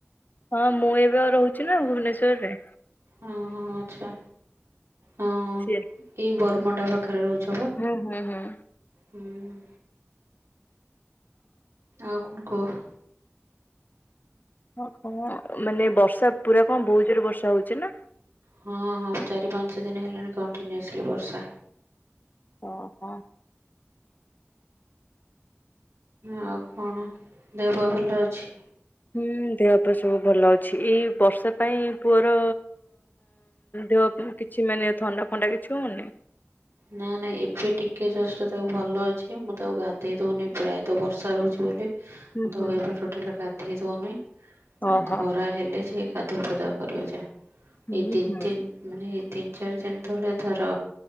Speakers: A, on the left; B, on the right.
A: ହଁ ମୁଁ ଏବେ ଆଉ ରହୁଛି ନା ଭୁବନେଶ୍ୱରରେ
B: ହଁ ହଁ ଆଛା। ହଁ
A: ସିଏ
B: ଏଇ ବରମୁଣ୍ଡା ପାଖରେ ରହୁଛ ପା?
A: ହୁଁ ହୁଁ ହୁଁ
B: ହୁଁ ଉଁ ଆଉ କଣ କୁହ?
A: ହ ହଁ ମାନେ ବର୍ଷ ବର୍ଷା ପୁରା କଣ ବହୁତ ଜୋରେ ବର୍ଷା ହଉଛି ନା?
B: ହଁ ହଁ ଚାରି ପାଞ୍ଚ ଦିନ ହେଲାଣି କଣ୍ଟିନ୍ୟୁସଲି ବର୍ଷା।
A: ଓହୋ।
B: ଆଉ କଣ? ଦେହ ପା ଭଲ ଅଛି?
A: ହୁଁ ଦେହ ପା ସବୁ ଭଲ ଅଛି, ଏଇ ବର୍ଷ ପାଇଁ ପୁଅର ଦେହ କିଛି ମାନେ ଥଣ୍ଡା ଫଣ୍ଡା କିଛିହଉନି।
B: ନା ନାଇଁ ଏବେ ଟିକେ ଜଷ୍ଟ ତାକୁ ଭଲ ଅଛି, ମୁଁ ତାକୁ ଗାଧେଇ ଦଉନି ପ୍ରାୟତଃ ବର୍ଷା ରହୁଛି ବୋଲି
A: ହୁଁ
B: ମୁଁ ତ
A: ହୁଁ
B: ଏବେ
A: ହୁଁ।
B: ଟୋଟାଲ ଗାଧେଇ ଦଉନି
A: ଓହୋ
B: ଖରା ହେଲେ ସେ ଗାଧୁଆ ପାଧୂଆ କରିବା ଯା,
A: ହୁଁ
B: ଏଇ ତିନି
A: ହୁଁ
B: ଦିନ ମାନେ ତିନି ଚାରି ଦିନ ତଳେ ତାର